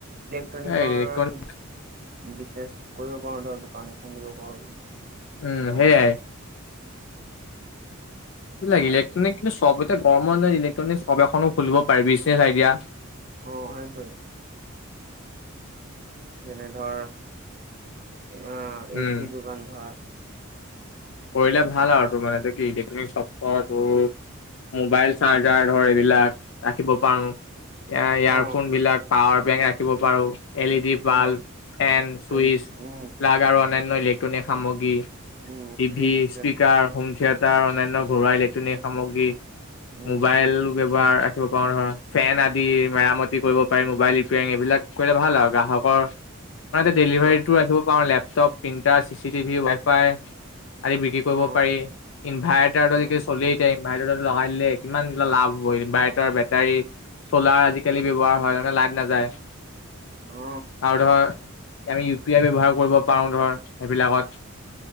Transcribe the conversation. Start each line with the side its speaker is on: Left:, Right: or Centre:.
Right: টনিকৰ
Left: এ ইলেক্ট্ৰনিক
Right: আমি বিজনেচ কৰিব পাৰো ধৰ দোকান এখন দিব পাৰো।
Left: উম
Right: ন
Left: সেয়াই। এইবিলাক
Right: তাৰ
Left: ইলেক্ট্ৰনিক কিন্তু চব ইতা গৰম ইলেক্ট্ৰনিক চব এখনো খুলিব পাৰি বিজনেচ আইদিয়া।
Right: অ সেইটোৱে যেনে ধৰ আঁহ এইছ
Left: উম
Right: টি দোকান ধৰ।
Left: কৰিলে
Right: তাৰপিছত
Left: ভাল আৰু তোৰ মানে এতিয়া কি ইলেক্টনিক চফৰটো মোবাইল চাৰ্জাৰ
Right: উম
Left: ধৰ এইবিলাক ৰাখিব পাৰো এ ইয়াৰফোনবিলাক
Right: উম অ
Left: পাৱাৰ বেং ৰাখিব পাৰো এল এ দি বাল,
Right: অ
Left: ফেন, চুইচ
Right: এই, উম
Left: যাগ আৰু অন্যান্য ইলেকট্ৰনিক সামগ্ৰী।
Right: উম
Left: টিভি,
Right: ফ্ৰিজ যেনে,
Left: স্পীকাৰ, হোম থিয়েটাৰ অন্যান্য ঘৰুৱা
Right: উম
Left: ইলেক্ট্ৰনিক সামগ্ৰী।
Right: উম
Left: মোবাইল বেৱ বাৰ ৰাখিব পাৰো ধৰ ফেন আদি মেৰামতি কৰিব পাৰি মবাইল ৰিপয়াৰিং এইবিলাক কৰিলে ভাল আৰু গ্ৰাহক অহ, ডেলিভাৰীটো
Right: অ
Left: ৰাখিব পাৰো laptop printer C C TV wifi আদি বিক্ৰী কৰিব
Right: অ
Left: পাৰি ইনভাইৰ্টাৰ
Right: অ
Left: যদিকেই চলেই এতিয়া ইনভাৰ্টাৰৰ লগাই দিলে কিমান লাভ হব ইমভাইটৰ বেটাৰী চলাৰ আজিকালি ব্যৱহাৰ হয় লাইট নাযায়। আৰু
Right: অ
Left: ধৰ আমি ইউ পি আই ব্যৱহাৰ কৰিব পাৰোঁ ধৰ সেইবিলাকত।